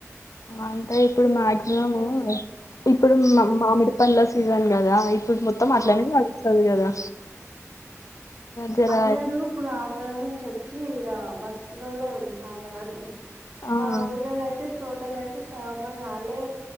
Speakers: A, on the left; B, on the right.
A: అంటే ఇప్పుడు మాక్సిమము
B: ఇష్టం ఇగ
A: ఇప్పుడు
B: ఉమ్,
A: మా మామిడి పంల సీజన్ కదా ఇప్పుడు మొత్తం అట్లాడ
B: ఆ
A: నడుస్తుంది కదా జర
B: అందరు ఇప్పుడు ఆంధ్రా ను వచ్చి ఇడ బతు కిలో లో సాల వడి
A: ఆ
B: మా ఊర్లోనయితే తోటల్ అయితే సామాన్ వాళే